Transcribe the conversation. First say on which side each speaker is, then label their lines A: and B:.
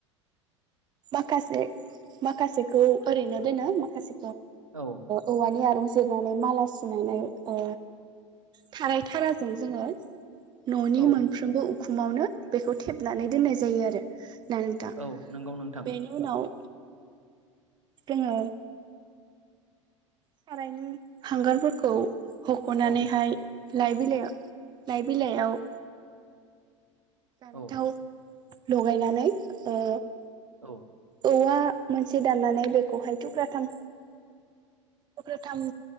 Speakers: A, on the right; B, on the right.
A: माखासे माखासेखौ ओरैनो दोनो माखासे
B: औ
A: औवानि आरो जिरनानै माला सुनानै ओ थाराय थाराजों जोङो ननि
B: औ
A: मोनफ्रोमबो उ खुमावनो बेखौ थेबनानै दोननाय जायो आरो ना नोंथां
B: औ नंगौ नों
A: बेनि उनाव जोङो सारायनि हांगारफोरखौ हखनानैहाय
B: औ
A: लाय बिलाइ लाइ बिलायाव जानाय
B: औ
A: थाव लगायनानै ओ
B: औ
A: औवा मोनसे दाननानै बेखौहाय थुख्राथाम थुख्राथाम